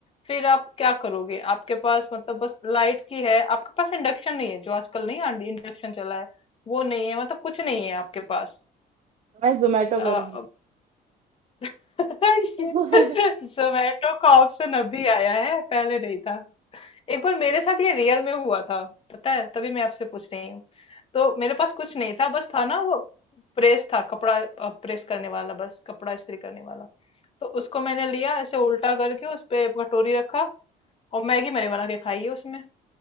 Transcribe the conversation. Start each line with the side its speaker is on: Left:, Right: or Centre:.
Left: फिर आप क्या करोगे आपके पास मतलब बस लाइट की है आपके पास इंडक्शन नहीं है जो आजकल नहीं इंडक्शन चला है वो नहीं है मतलब कुछ नहीं है आपके पास
Right: मैं जोमेटो
Left: अ,
Right: करूंगी
Left: <laughs>
Right: <laughs>
Left: ये जोमेटो का ऑप्शन अभी आया है पहले नहीं था एक बार मेरे साथ ये रियल में हुआ था पता है तभी मैं आपसे पूछ रही हूँ तो मेरे पास कुछ नहीं था बस था ना वो प्रेस था कपड़ा अ, प्रेस करने वाला बस कपड़ा इस्त्री करने वाला तो उसको मैंने लिया ऐसे उल्टा करके उस पे कटोरी रखा और मैगी मैंने बना के खाई है उसमें